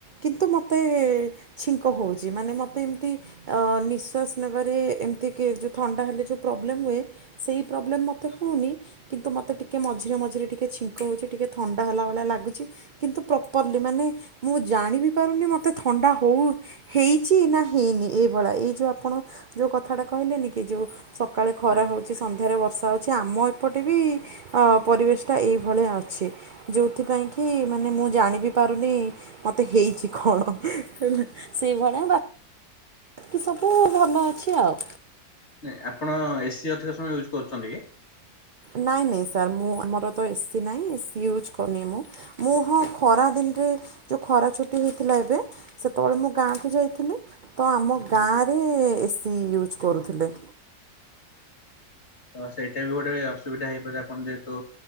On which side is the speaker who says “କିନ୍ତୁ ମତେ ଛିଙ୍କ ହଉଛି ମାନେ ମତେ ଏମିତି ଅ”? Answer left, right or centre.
Right